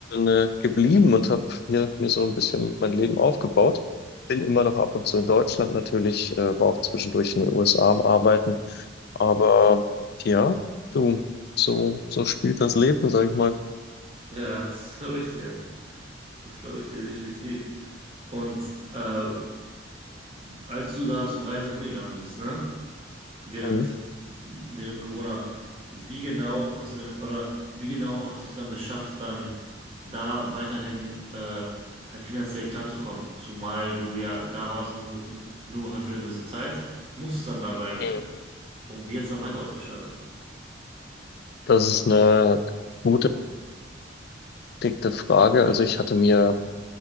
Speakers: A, on the left; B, on the right.
A: äh, geblieben und habe hier mir so ein bisschen mein Leben aufgebaut. Bin immer noch ab und zu in Deutschland natürlich, äh, war auch zwischendurch in den USA am Arbeiten. Aber ja, du, so, so spielt das Leben, sag ich mal.
B: Ja, das glaube ich dir. Das glaube ich dir definitiv. Und äh, als du da zum Reisen hingegangen bist, ne? Während,
A: Mhm.
B: während Corona, wie genau hast du denn, oder wie genau hast du es dann geschafft, dann da weiterhin äh, halt finanziell klarzukommen? Zumal du ja da warst, nur, für- nur halt für eine gewisse Zeit, musstest dann da bleiben.
A: Mhm.
B: Und wie hast du dann weiter ausgeschaut?
A: Das ist eine gute, dicke Frage. Also ich hatte mir